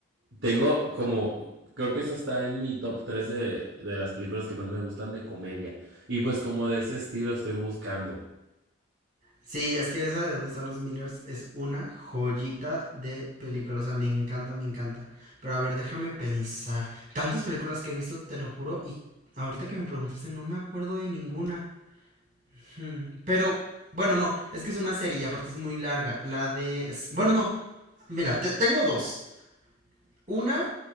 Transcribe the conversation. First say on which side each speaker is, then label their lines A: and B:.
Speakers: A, on the right; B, on the right.
A: Tengo como... Creo que esa está en mi top 3 de, de las películas que más me gustan de comedia. Y pues como de ese estilo estoy buscando.
B: Sí, es que esa de ¿Dónde están los Millers? es una joyita de película, o sea, me encanta, me encanta. Pero a ver, déjame pensar. Tantas películas que he visto, te lo juro, y ahorita que me preguntaste no me acuerdo de ninguna. Hmm, Pero, bueno, no, es que es una serie y aparte es muy larga. La de... es- bueno, no, mira, te- tengo dos. Una,